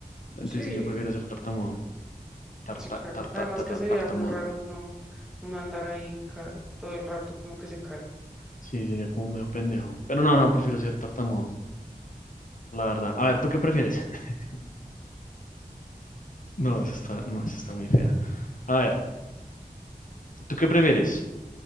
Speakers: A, on the left; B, in the centre.
A: Entonces,
B: sí.
A: sí, yo prefiero ser tartamudo. tarta,
B: Sí, claro.
A: tarta,
B: Además
A: tata-
B: que sería
A: tartamudo.
B: muy raro uno, uno andar ahí ca- todo el rato como que se cae.
A: Sí, sería como medio pendejo. Pero no, no, prefiero ser tartamudo, la verdad. A ver, ¿tú qué prefieres? <laughs> No, esa está, no, esa está muy fea. A ver, ¿tú qué prefieres?